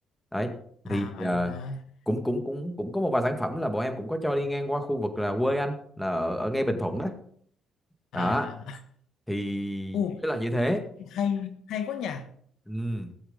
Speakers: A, in the centre; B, on the left.
A: đấy
B: à
A: thì
B: vậy
A: ờ,
B: hả
A: cũng cũng cũng cũng có một vài sản phẩm là bọn em cũng có cho đi ngang qua khu vực là quê anh là ở, ở ngay Bình Thuận đó đó
B: à <laughs>
A: thì
B: u
A: tức là như thế
B: hay hay quá nhỉ
A: ừ.